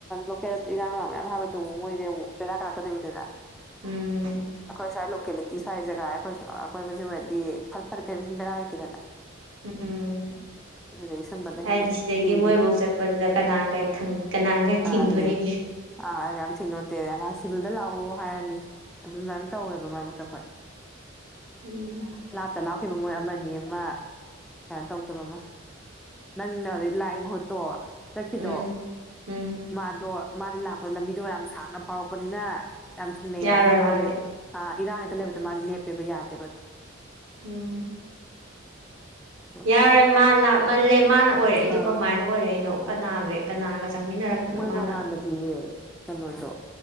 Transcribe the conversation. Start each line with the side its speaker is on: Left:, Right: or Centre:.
Centre: ꯂꯣꯀꯦꯜ ꯏꯔꯥꯡ ꯂ ꯃꯌꯥꯝ ꯍꯥꯏꯕꯗꯨ ꯑꯃꯨꯛ ꯃꯣꯏꯁ ꯑꯃꯨꯛ ꯕꯦꯔꯥ ꯀꯥꯛꯀꯣꯏꯅꯤꯗꯅ
Right: ꯎꯝ
Centre: ꯑꯩꯈꯣꯏ ꯁꯥꯏ ꯂꯀꯦ ꯇꯤ ꯁ꯭ꯋꯥꯏ ꯖꯒꯥ ꯑꯩꯈꯣꯏꯁꯨ ꯑꯩꯣꯏ ꯃꯆ ꯑꯣꯏꯔꯗꯤ ꯐꯠ ꯐꯠ ꯀꯔꯤꯝ ꯖꯒꯥ ꯂꯩꯇꯦꯗꯅ
Right: ꯎꯝ
Centre: ꯑꯗꯨꯗ ꯑꯩ ꯁꯝꯕꯗ
Right: ꯍꯥꯏꯗꯤ
Centre: ꯍꯦꯂ
Right: ꯁꯤꯗꯒꯤ
Centre: ꯊ
Right: ꯃꯣꯏꯐꯧ ꯆꯠꯄꯗꯨꯗ ꯀꯅꯥꯒꯩ ꯀꯅꯥꯒꯩ
Centre: ꯑꯗ
Right: ꯊꯤꯡꯗꯣꯔꯤꯒꯦ
Centre: ꯑ ꯊꯅꯣꯇꯦꯔꯉꯥꯡ ꯁꯤꯕꯨ ꯗ ꯂꯥꯛꯑꯣ ꯍꯥꯏꯔꯅꯤ ꯑꯗꯨ ꯑꯗꯨꯃꯥꯏꯅ ꯇꯧꯋꯦꯕ ꯃꯔꯛ ꯃꯔꯛꯇ ꯈꯣꯏ
Right: ꯎꯝ
Centre: ꯂꯥꯛꯇ ꯂꯥꯛ ꯈꯤꯕ ꯃꯣꯏ ꯑꯃ ꯑꯃ ꯀꯩꯅꯣ ꯇꯧꯗꯕ ꯑꯃ ꯅꯪꯅ ꯍꯧꯖꯤꯛ ꯂꯥꯛꯏ ꯃꯍꯨ ꯇꯣ ꯆꯠꯈꯤꯗꯣ
Right: ꯎꯝ ꯎꯝ
Centre: ꯃꯥꯗꯣ ꯃꯥꯗꯤ ꯂꯥꯛꯄꯗ ꯂꯝꯕꯤꯗꯣ ꯌꯥꯝ ꯁꯥꯡꯅ ꯐꯥꯎꯔꯛꯄꯅꯤꯅ ꯌꯥꯝ ꯊꯦꯡꯅꯩꯑꯕ
Right: ꯌꯥꯔꯣꯏ
Centre: ꯑꯗꯨꯅ ꯃꯥꯁꯦ
Right: ꯃꯥꯗꯤ
Centre: ꯏꯔꯥꯡ ꯍꯛꯇ ꯂꯩꯕꯗ ꯃꯥꯗꯤ ꯂꯦꯞꯄꯦꯕ ꯌꯥꯗꯦꯕ ꯑꯗꯣ
Right: ꯎꯝ
Centre: ꯑꯗꯨ
Right: ꯌꯥꯔꯣꯏ ꯃꯥ ꯂꯥꯞꯃꯜꯂꯦ ꯃꯥꯅ ꯑꯣꯏꯔꯦ ꯑꯩꯗꯣ
Centre: ꯑꯥ
Right: ꯀꯃꯥꯏꯅ ꯑꯣꯏꯔꯦꯩꯅꯣ ꯀꯅꯥꯒ ꯀꯅꯥꯒ ꯆꯪꯃꯤꯟꯅꯔꯛꯄꯅꯣ
Centre: ꯃꯣꯏ
Right: ꯃꯥꯅ
Centre: ꯃꯃꯥꯟꯅꯗꯤꯅꯦ ꯀꯩꯅꯣꯗꯣ